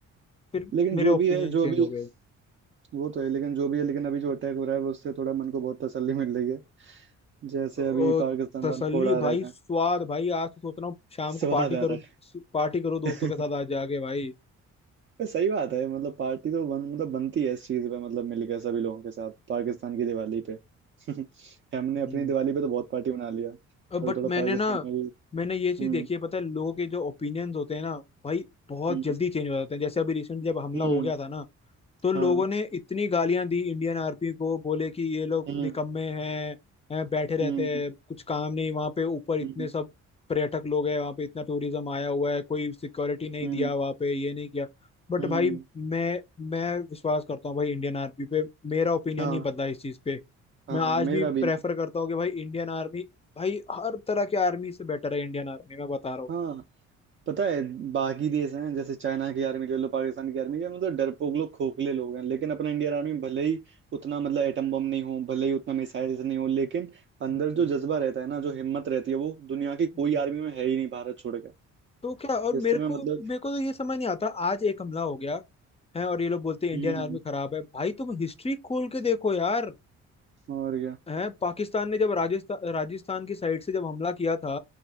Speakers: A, on the left (about 20°); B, on the right (about 40°).
A: फिर
B: लेकिन
A: मेरे
B: जो
A: ओपिनियन
B: भी है जो
A: चेंज
B: अभी
A: हो गए
B: वो तो है लेकिन जो भी है लेकिन अभी जो अटैक हो रहा है वो उससे थोड़ा मन को बहुत तसल्ली मिल रही है जैसे
A: ओ,
B: अभी पाकिस्तान
A: तसल्ली
B: वाला कोड आ
A: भाई
B: रहे
A: स्वाद
B: हैं
A: भाई आज तो सोच रहा हूँ शाम
B: <laughs> स्वाद
A: को पार्टी
B: आ
A: करूँ
B: रहा
A: पार्टी करूँ दोस्तों
B: है
A: के साथ आज जाके भाई
B: ये सही बात है मतलब पार्टी तो बन मतलब बनती है इस चीज पे मतलब मिलकर सभी लोगों के साथ पाकिस्तान की दिवाली पे <laughs> हमने
A: हम्म
B: अपनी दिवाली पे तो बहुत पार्टी बना लिया अभी
A: बट
B: थोड़ा
A: मैंने
B: पाकिस्तान
A: ना
B: में भी
A: मैंने ये चीज
B: हम्म
A: देखी है पता है लोगों के जो ओपिनियंस होते हैं ना भाई बहुत
B: हम्म
A: जल्दी चेंज हो जाते हैं जैसे अभी रिसेंट जब हमला
B: हम्म
A: हो गया था ना तो लोगों
B: हाँ
A: ने इतनी गालियां दी इंडियन आर्मी को बोले कि ये लोग
B: हम्म
A: निकम्मे हैं हैं बैठे रहते
B: हम्म
A: हैं कुछ काम नहीं वहां पे ऊपर इतने
B: हम्म
A: सब पर्यटक लोग हैं वहां पे इतना टूरिज्म आया हुआ है कोई सिक्योरिटी नहीं
B: हम्म
A: दिया वहां पे ये नहीं किया बट
B: हम्म,
A: भाई मैं मैं विश्वास करता हूँ भाई इंडियन आर्मी पे मेरा ओपिनियन
B: हाँ
A: नहीं बदला इस चीज पे
B: हाँ
A: मैं आज
B: मेरा
A: भी
B: भी
A: प्रेफर
B: नहीं
A: करता हूँ कि भाई इंडियन आर्मी भाई हर तरह की आर्मी से बेटर है इंडियन आर्मी मैं बता रहा हूँ
B: हाँ पता है बाकी देश हैं जैसे चाइना की आर्मी ले लो पाकिस्तान की आर्मी ये मतलब डरपोक लोग खोखले लोग हैं लेकिन अपना इंडियन आर्मी भले ही उतना मतलब एटम बम नहीं हो भले ही उतना मिसाइल्स नहीं हो लेकिन अंदर
A: हम्म,
B: जो जज्बा रहता है ना जो हिम्मत रहती है वो दुनिया की कोई
A: हम्म।
B: आर्मी में है ही नहीं भारत छोड़ के
A: तो क्या और मेरे
B: इससे मैं
A: को
B: मतलब
A: मेरे को तो ये समझ नहीं आता आज एक हमला हो गया हैं और ये लोग बोलते हैं
B: हम्म
A: इंडियन आर्मी खराब है भाई तुम हिस्ट्री खोल के देखो यार
B: और क्या
A: हैं पाकिस्तान ने जब राजस्थान राजस्थान की साइड से जब हमला किया था